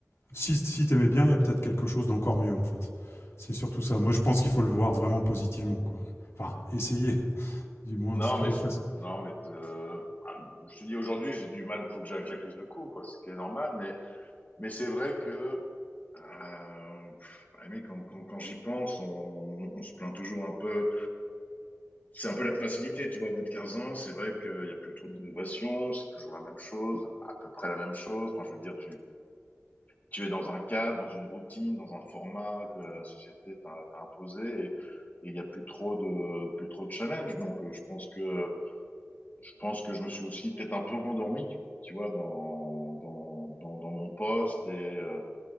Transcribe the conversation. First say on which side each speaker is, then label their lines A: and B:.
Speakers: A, on the left (about 60°); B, on the left (about 35°).
A: si, si t'aimais bien, il y a peut-être quelque chose d'encore mieux, en fait. C'est surtout ça. Moi, je pense qu'il faut le voir vraiment positivement, quoi. Enfin, essayer, <laughs> du moins,
B: Non,
A: c'est toujours
B: mais je-
A: facile.
B: non, mais euh, ah, je te dis aujourd'hui, j'ai du mal. Il faut que j'a- j'accuse le coup, quoi, ce qui est normal. Mais mais c'est vrai que Euh, pff, ah, mais quand, quand, quand j'y pense, on, on se plaint toujours un peu. C'est un peu la facilité, tu vois, au bout de 15 ans, c'est vrai qu'il n'y a plus trop d'innovation, c'est toujours la même chose, à peu près la même chose. Enfin, je veux dire, tu, tu es dans un cadre, dans une routine, dans un format que la société t'a t'a imposé et et il n'y a plus trop de plus trop de challenge. Donc, euh, je pense que je pense que je me suis aussi peut-être un peu endormi, tu vois, dans dans dans, dans mon poste et euh,